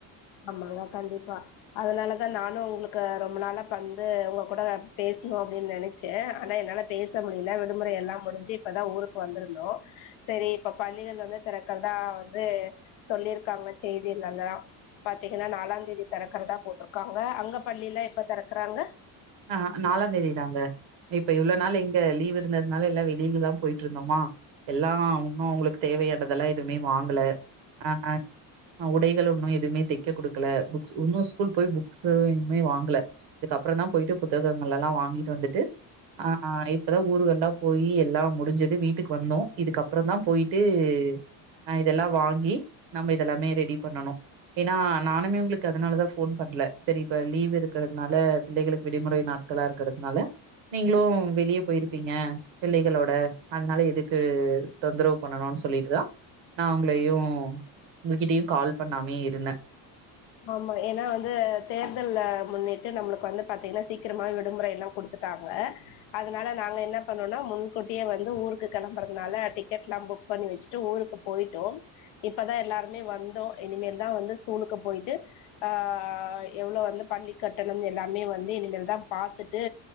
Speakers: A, on the left; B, on the right.
A: ஆமாங்க கண்டிப்பா அதனாலதா நானும் உங்களுக்கு ரொம்ப நாள பந்து உங்க கூட பேசணும் அப்படின் நினைச் ச்ச ஆனா என்னால பேச முடியல விடுமுறை எல்லாம் முடிஞ்சு இப்பதா ஊருக்கு வந்திருந்தோம் சேரி இப்ப பள்ளிகள் வந்து திறக்குறதா வந்து சொல்லியிருக்காங்க செய்தில எல்லா பாத்தீங்களா நாலாந்தேதி திறக்கறதா போட்ருக்காங்க அங்க பள்ளிலா எப்ப திறக்கறாங்க
B: அ நாலாந்தேதிதாங்க இப்ப இவ்ளோ நாளு இங்க லீவ் இருந்ததுனால எல்லா வெளியில தா போயிட்டு இருந்தோமா எல்லா இன்னும் அவுங்களுக்கு தேவையானதெல்லா எதுவுமே வாங்கல அ அ உடைகள் ஒன்னும் எதுவுமே தைக்க குடுக்கல புக்ஸ் இன்னும் ஸ்கூல் போய் புக்ஸ்சு இன்னுமே வாங்கல இதுக்கப்புறம் தா போயிட்டு புத்தகங்கள் எல்லா வாங்கிட்டு வந்துட்டு அ இப்பதா ஊருகள்ல்லா போயி எல்லாம் முடிஞ்சது வீட்டுக்கு வந்தோம் இதுக்கப்புறம் தா போயிட்டு நா இதெல்லாம் வாங்கி நம்ம இதெல்லாமே ரெடி பண்ணணும் ஏன்னா நானுமே உங்களுக்கு அதனால தா ஃபோன் பண்ணல சரி இப்ப லீவ் இருக்கறதுனால பிள்ளைகளுக்கு விடுமுறை நாட்களா இருக்கறதுனால நீங்களும் வெளிய போயிருப்பீங்க பிள்ளைகளோட அதனால எதுக்கு தொந்தரவு பண்ணணும்னு சொல்லிட்டு தா நா உங்களையும் உங்ககிட்டயையு கால் பண்ணாமே இருந்தேன்
A: ஆமா ஏன்னா வந்து தேர்தல முன்னிட்டு நம்மளுக்கு வந்து பாத்தீங்கன்னா சீக்கிரமாவே விடுமுறை எல்லாம் குடுத்து விட்டாங்க அதனால நாங்க என்ன பண்ணோம்னா முன்கூட்டியே வந்து ஊருக்கு கிளம்புறதுனால டிக்கெட்ல்லா புக் பண்ணி வச்சுட்டு ஊருக்கு போயிட்டோ இப்பதா எல்லாருமே வந்தோம் இனிமேல்தா வந்து ஸ்கூலுக்கு போய்ட்டு ஆ எவ்வளவு வந்து பள்ளி கட்டணம் எல்லாமே வந்து இனிமேல்தா பாத்துட்டு